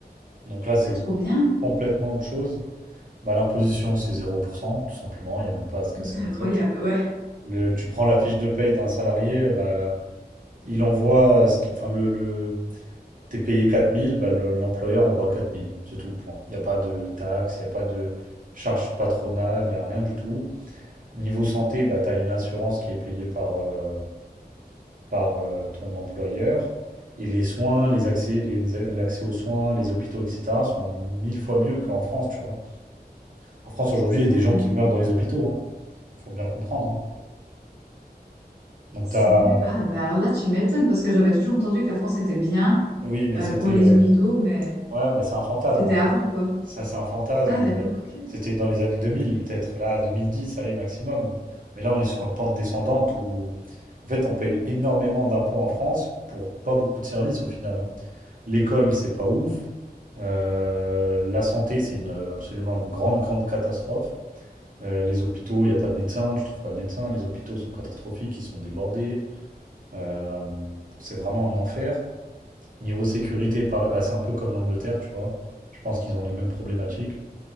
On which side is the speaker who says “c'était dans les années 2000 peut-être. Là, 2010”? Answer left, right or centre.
Right